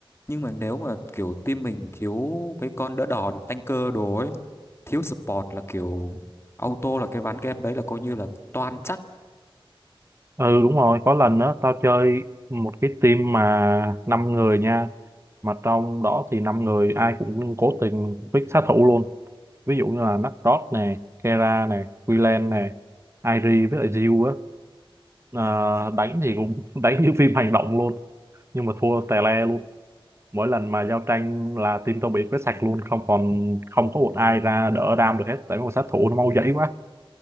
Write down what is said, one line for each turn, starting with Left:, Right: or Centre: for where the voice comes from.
Left: nhưng mà nếu mà kiểu team mình thiếu cái con đỡ đòn tanker đồ ấy thiếu support là kiểu auto là cái ván game đấy là coi như là toan chắc
Right: Ừ đúng rồi, có lần đó tao chơi một cái team mà năm người nha, mà trong đó thì năm người ai cũng cố tình pick sát thủ luôn. Ví dụ như là Nakrod nè, Kera nè, Willian nè, Airi với lại Jill á, Ờ, đánh thì cũng <laughs> đánh như phim hành động luôn, nhưng mà thua tè le luôn. Mỗi lần mà giao tranh là team tao bị quét sạch luôn, không còn không có một ai ra đỡ đam được hết, tại mấy con sát thủ nó mau dãy quá.